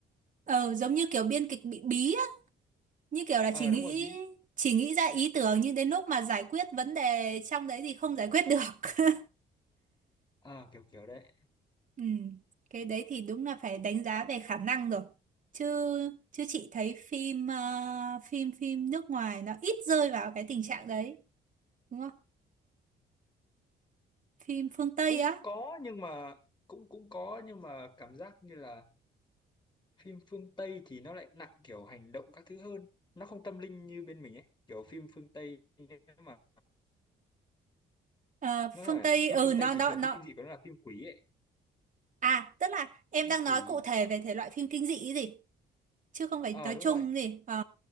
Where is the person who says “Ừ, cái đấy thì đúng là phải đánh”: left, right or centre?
Right